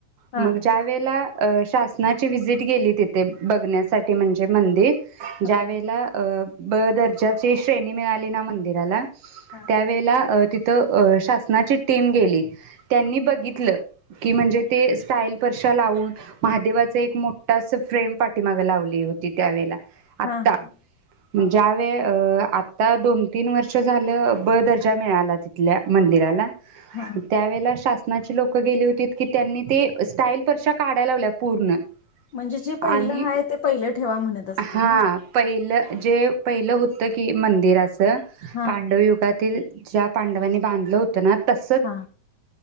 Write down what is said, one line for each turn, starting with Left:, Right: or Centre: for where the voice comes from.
Left: हां
Right: मगं ज्या वेळेला शासनाची व्हिजिट गेली तिथे बघण्यासाठी म्हणजे मंदिर
Left: हां
Right: ज्या वेळेला अ ब दर्जाची श्रेणी मिळाली ना मंदिराला
Left: हां
Right: त्यावेळेलाि तर शासनाची टीम गेली. त्यांनी बघितलं. की म्हणजे ते स्टाईल परशा लावून महादेवाचा एक मोठा फ्रेम पाठीमाग लावली होती. त्यावेेला आत्ता
Left: हां हां हां
Right: ज्या वेळ आत आता दोन तीन वर्ष झालं ब दर्जा मिळाला तिथल्या मंदिराला
Left: हा
Right: त्यावेेळेला शासनाची लोक गेली होतीत की त्यांनी ते स्टाईल फरश्या काढाय लावल्या पूर्ण
Left: म्हणजे जे पहिलं
Right: आणि
Left: हाय ते पहिलं ठेवा म्हणत असतील
Right: हा
Left: ना
Right: पहिलं जे पहिलं होतं की मंदिर असं.
Left: हां
Right: पांडव युगातील ज्या पांडवांनी बांधलं होत ना तस
Left: हा